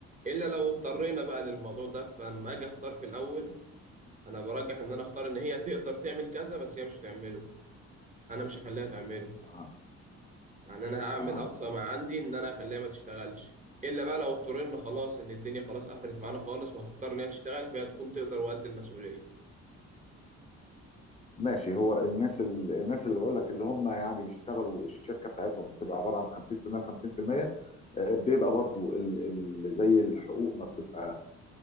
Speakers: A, on the right; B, on the left.
A: الا لو اضطرينا بقى للموضوع ده فلما اجي اختار في الاول انا برجح ان انا اختار ان هي تقدر تعمل كذا بس هي مش هتعمله انا مش هخليها تعمله
B: اه
A: يعني انا هعمل
B: اه
A: اقصى ما عندي ان انا اخليها ما تشتغلش الا بقى لو اضطرينا خلاص ان الدنيا خلاص قفلت معانا خالص وهتضطر ان هي تشتغل فهي تكون تقدر وقد المسؤوليه
B: ماشي هو الناس ال... الناس اللي بقول لك اللي هم يعني بيشتغلوا الشركه بتاعتهم بتبقى عباره عن 50% ل 50% آه، بيبقى برضو ال... ال... زي الحقوق ما بتبقى